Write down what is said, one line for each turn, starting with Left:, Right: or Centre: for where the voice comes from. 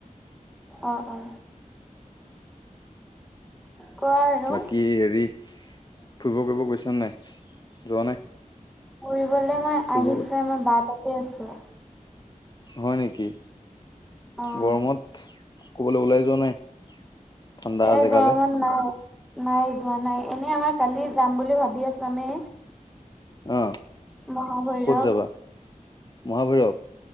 Centre: অঁ অ কোৱা আৰু।
Left: বাকী হেৰি থব কৰিব কৈছনে নাই যোৱা নাই
Centre: ফুৰিবলে মই
Left: ফুৰিব
Centre: আহিছে মই বাৰ তাতে আছো
Left: হয় নেকি
Centre: অ'।
Left: গৰমত কবলৈ ওলাই যোৱা নাই ঠাণ্ডা
Centre: এই
Left: জেগালৈ
Centre: গৰমত নাই নাই যোৱা নাই এনেই আমাৰ কালি যাম বুলি ভাবি আছোঁ আমি
Left: অ
Centre: মহাভৈৰৱ
Left: ক'ত যাবা মহাভৈৰৱ